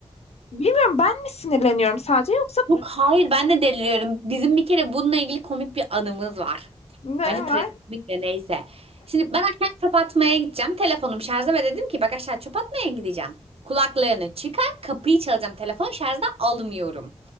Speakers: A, on the left; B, on the right.
A: Bilmiyorum ben mi sinirleniyorum sadece yoksa
B: Yok hayır ben de deliriyorum. Bizim bir kere bununla ilgili komik bir anımız var.
A: ne
B: Bence trajikomik
A: var?
B: de neyse. Şimdi ben aşağı çöp atmaya gideceğim. Telefonum şarjda ve dedim ki bak aşağı çöp atmaya gideceğim. Kulaklarını çıkar kapıyı çalacağım. Telefon şarjda almıyorum.